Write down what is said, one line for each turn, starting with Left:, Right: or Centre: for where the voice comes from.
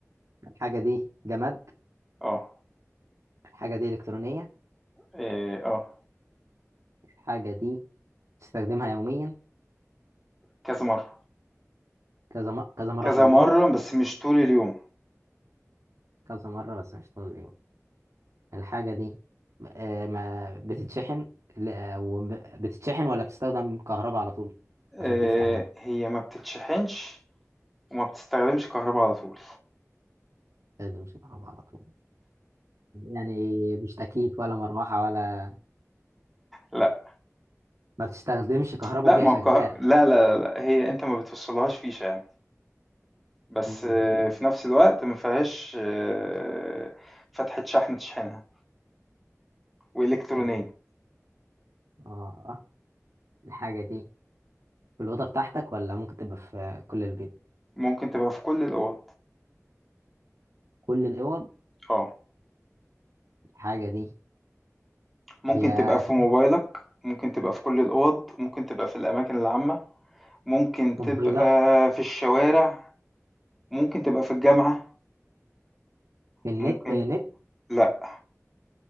Right: الحاجة دي جماد
Centre: اه
Right: الحاجة دي إلكترونية
Centre: إيه، اه
Right: الحاجة دي تستخدمها يوميا
Centre: كذا مرة
Right: كذا م... كذا مرة
Centre: كذا
Right: في اليوم
Centre: مرة بس مش طول اليوم
Right: كذا مرة بس مش طول اليوم الحاجة دي آه، ما بتتشحن ل- آه، وب- بتتشحن ولا بتستخدم كهرباء على طول
Centre: إيه،
Right: عشان تفتح يعني
Centre: هي ما بتتشحنش وما بتستخدمش كهرباء على طول
Right: إيه ده مش كهرباء على طول يعني مش تكييف ولا مروحة ولا
Centre: لا
Right: ما بتستخدمش كهرباء
Centre: لا
Right: وهي
Centre: ما
Right: شغالة
Centre: هو كه... لا لا لا لا، هي انت ما بتوصلهاش فيشة يعني بس
Right: مم.
Centre: آه، في نفس الوقت ما فيهاش آه، فتحة شحن تشحنها وإلكترونية
Right: مم. اه الحاجة دي في الأوضة بتاعتك ولا ممكن تبقى في كل البيت
Centre: ممكن تبقى في كل الأوض
Right: كل الاوض
Centre: اه
Right: الحاجه دي
Centre: ممكن
Right: هي
Centre: تبقى
Right: اكيد
Centre: في موبايلك ممكن تبقى في كل الأوض ممكن تبقى في الأماكن العامة ممكن
Right: موبايلك
Centre: تبقى في الشوارع ممكن تبقى في الجامعة
Right: في النت
Centre: ممكن
Right: آه، نت
Centre: لا